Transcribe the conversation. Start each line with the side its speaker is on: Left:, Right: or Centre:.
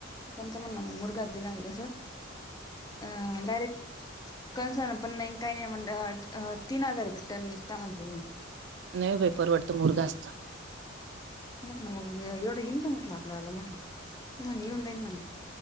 Left: त्यांच म्हण मग मुरगा दिलावली कसं अ डायरेक्ट कणस ना पण नाही काही नाही म्हण तीन हजार भेट्टनघता म्हण
Right: न बाई परवडतो मुलगा असत
Left: म्हटलं मग एवढं येईनच म्हटलं आपल्या वाला म्हटलं ते म्हणे येऊन जाईन म्हणे